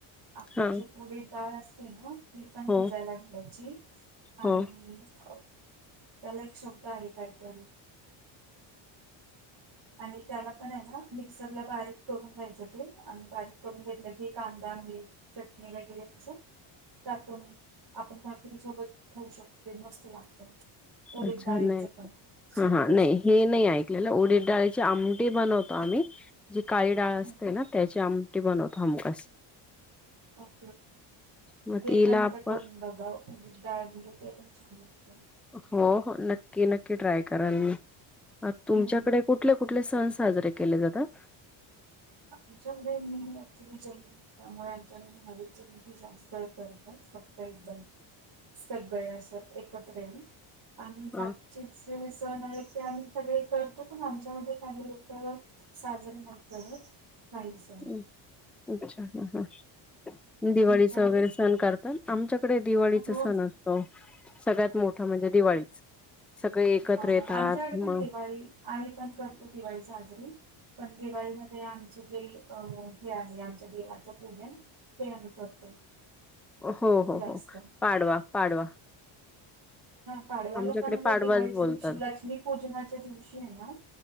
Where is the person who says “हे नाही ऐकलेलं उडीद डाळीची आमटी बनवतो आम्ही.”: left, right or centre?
Centre